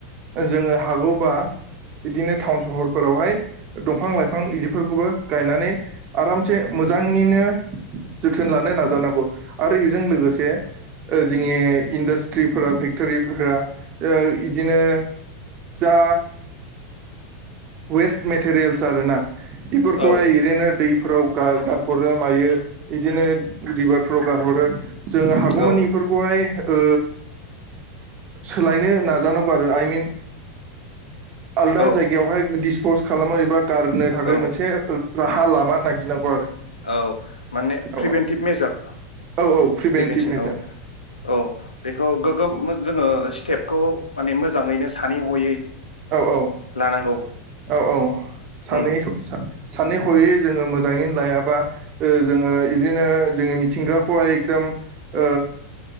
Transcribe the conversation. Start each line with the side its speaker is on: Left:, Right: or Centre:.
Right: जोङो हागौबा बिदिनो टाउन सहरफोरावहाय दंफां लाइफां इदिफोरखौबो गायनानै आरामसे मोजाङैनो जोथोन लानो नाजानांगौ
Left: उम
Right: आरो इजों लोगोसे जोंनि इन्डास्ट्रिफोरा फेक्टरिफोरा ओ इदिनो जा वेस्ट मेटेरियेल्स आरो ना इफोरखौहाय
Left: औ
Right: इरैनो दै फोराव गार गारहरो मायो इदिनो रिभारफ्राव गारहरो जोंङो हागौमानि
Left: औ
Right: इफोरखौहाय ओ सोलायनो नाजानांगौ आरो आइ मिन आलदा
Left: औ
Right: जायगायावहाय दिस पस्ट खालाम होयोबा गारनो थाखाय
Left: औ
Right: मोनसे ओ राहा लामा नायगिनांगौ आरो
Left: औ माने
Right: औ
Left: प्रिभेन्टिभ मेजार
Right: औ औ प्रिभेन्टिभ
Left: प्रिभेनसन
Right: मेजार
Left: औ औ बेखौ गोगोम जोङो ओ स्टेपखौ माने मोजाङैनो सानै हयै
Right: औ औ
Left: लानांगौ
Right: औ औ सानै
Left: उम
Right: स सा सानै हयै जोङो मोजाङैनो लायाबा ओ जोङो इदिनो जोङो मिथिंगाखौहाय एकदम ओ